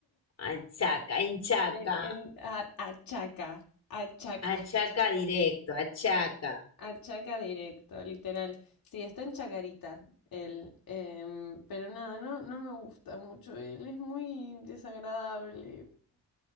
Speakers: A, on the left (about 40°); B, on the left (about 65°).
A: Achaca, en Chaca.
B: En, en- a- achaca, achaca,
A: Achaca directo, achaca.
B: <laughs> achaca directo, literal. Sí, está en Chacarita él, em, pero nada, no, no me gusta mucho él, es muy desagradable.